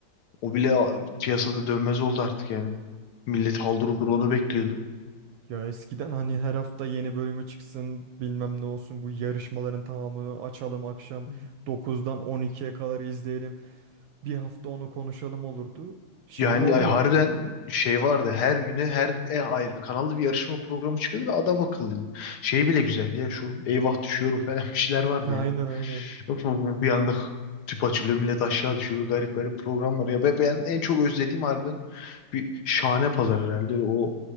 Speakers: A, on the left (about 60°); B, on the right (about 75°).
A: O bile a- piyasada dönmez oldu artık yani. Millet haldır huldur onu bekliyordu.
B: Ya eskiden hani her hafta yeni bölümü çıksın bilmem ne olsun bu yarışmaların tamamını açalım akşam
A: Hı.
B: 9'dan 12'ye kadar izleyelim. Bir hafta onu konuşalım olurdu. Şimdi
A: Yani
B: o
A: ay,
B: da
A: harbiden
B: yok.
A: şey vardı. Her güne her e, ayrı bir kanalda bir yarışma programı çıkıyordu ve adam akıllıydı. Şey bile güzeldi ya şu eyvah düşüyorum falan <laughs> bir şeyler vardı
B: <laughs> Aynen
A: yani.
B: aynen.
A: Yok mu bu- Bir anda tüp açılıyor millet aşağı düşüyor. Garip garip programlar. Ya ben, ben en çok özlediğim harbiden bir şahane pazar herhalde. O